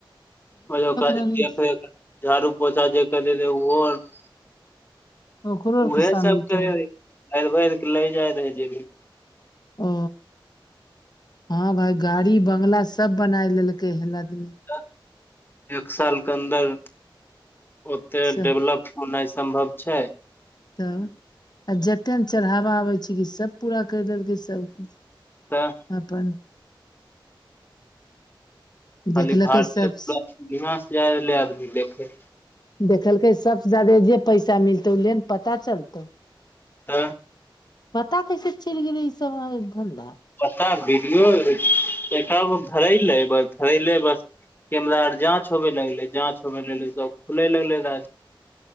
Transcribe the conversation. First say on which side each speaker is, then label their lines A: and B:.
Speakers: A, on the left (about 25°); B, on the left (about 55°).
A: ओक देख
B: रहली
A: रे झाड़ू पोछा जे करे रह ओहो <unintelligible>
B: ओकरो आरके
A: उहे
B: शामिल
A: सबके
B: कर
A: भैर भैर के लै जाय रहै जेबी मे
B: ओ हँ भाय गाड़ी बंगला सब बनाय लेलकै हें लदमे
A: त एक साल के अन्दर ओते
B: सब
A: डेवलप होनाय छै सम्भव छाय
B: तब आ जते ने चढ़ावा आबै छै की सब पूरा करि देलकै सबके
A: तऽ
B: अपन
A: खाली
B: देखलकै
A: भारतीय
B: सबस
A: <unintelligible> से जाय रहले आदमी देखे
B: देखलकै सब से जादे जे पैसा मिलतै ओ ले न पता चलतौ
A: तऽ
B: पता कैसे चलि गेलै ई सभय धन्धा
A: पता वीडियो एका गो धरैले बस धरैले बस कैमरा आर जाँच होवे लगलै जाँच होवे लगलै सब खुलै लगलै राज